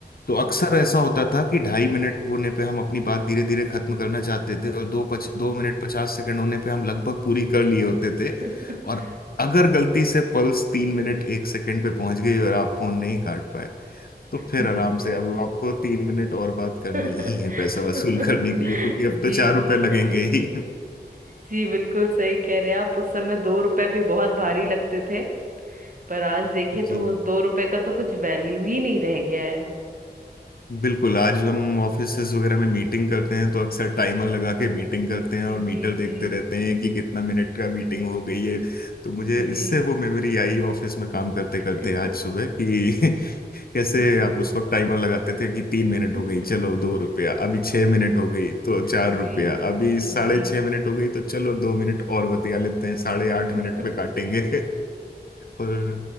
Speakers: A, on the left; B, on the right.
A: तो अक्सर ऐसा होता था कि ढाई मिनट होने पे हम अपनी बात धीरे धीरे खत्म करना चाहते थे और दो पच दो मिनट पचास सेकंड होने पे हम लगभग पूरी कर लिए होते
B: <laughs>
A: थे और अगर गलती से पल्स तीन मिनट एक सेकंड पे पहुंच गई और आप फोन नहीं काट पाए तो फिर
B: जी
A: आराम से अब आपको तीन मिनट और बात
B: <laughs>
A: करनी ही है पैसा वसूल
B: <laughs>
A: करने के लिए क्योंकि अब
B: जी
A: तो चार रुपए
B: जी
A: लगेंगे
B: <laughs>
A: ही
B: जी बिल्कुल सही कह रहे हैं आप उस समय दो रुपए भी बहुत भारी लगते थे पर आज देखिए
A: जी
B: तो उस दो रुपए का तो कुछ वैल्यू ही नहीं रह गया है
A: बिल्कुल आज हम ऑफिसेज वगैरह में मीटिंग करते हैं तो अक्सर टाइमर
B: जी
A: लगा के मीटिंग करते हैं और
B: जी
A: मीटर देखते
B: जी
A: रहते हैं कि कितना मिनट का मीटिंग हो गई है तो मुझे
B: जी
A: इससे वो मेमोरी आई ऑफिस में काम करते
B: <laughs>
A: करते आज सुबह कि <laughs> कैसे
B: जी
A: आप उस वक्त टाइमर लगाते थे कि तीन मिनट
B: <laughs>
A: हो गई चलो दो रुपया अभी छह मिनट हो गई तो चार
B: जी
A: रुपया अभी
B: जी
A: साढ़े छह मिनट हो गई तो चलो दो मिनट और बतिया लेते हैं साढ़े आठ
B: <laughs>
A: मिनट पे काटेंगे <laughs> पर